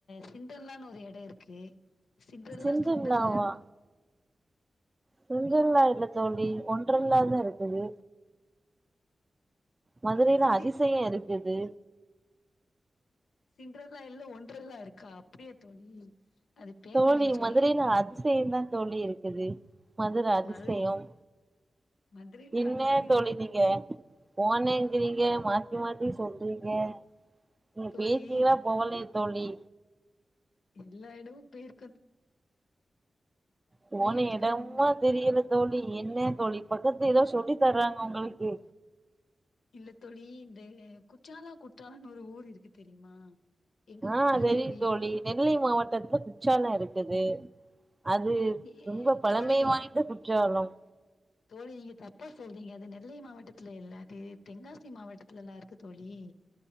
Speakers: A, on the left (about 85°); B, on the right (about 20°).
A: சிண்டன்லானு ஒரு எடோ இருக்கு ஓகே சிண்டர்லா
B: சிண்டர்லாவா
A: சிண்டரலான்
B: சிண்டர்லா இல்ல தோழி ஒண்டர்ல தா இருக்குது மதுரையில
A: என்ன தோழி
B: அதிசயம் இருக்குது
A: சிண்டர்லா இல்ல ஒண்டர்லா இருக்கா அப்படியா தோழி அது பேர்
B: தோழி
A: எனக்கு சரியா
B: மதுரைல
A: இல்ல.
B: அதிசயந்தா தோழி இருக்குது மதுர அதிசயம்
A: மதுரை மதுரையில
B: என்ன
A: அரசு
B: தோழி நீங்க போனேங்கிறீங்க மாத்தி மாத்தி சொல்றீங்க உங்க
A: தோழி
B: பேத்திகளா போகலையா தோழி
A: எல்லா எடமு போய்ருக்கோ
B: போன
A: இடங்கிற
B: எடமா
A: ஒண்ணு
B: தெரியல தோழி என்ன தோழி பக்கத்துல எதோ சொல்லி தர்றாங்க உங்களுக்கு
A: இல்லத் தோழி இந்த குற்றாலோ குற்றாலனு ஒரு ஊரு இருக்கு தெரியுமா எங்க
B: ஆ
A: ஊர்ல இருந்து
B: தெரியும்
A: ஒரு
B: தோழி நெல்லை மாவட்டத்துல குச்சாலோ இருக்குது அது
A: ஏ
B: ரொம்ப பழமை
A: தோழி
B: வாய்ந்த குற்றாலம்
A: தோழி நீங்க தப்பா சொல்றீங்க அது நெல்லை மாவட்டத்துல இல்ல அது தென்காசி மாவட்டத்துல்லா இருக்கு தோழி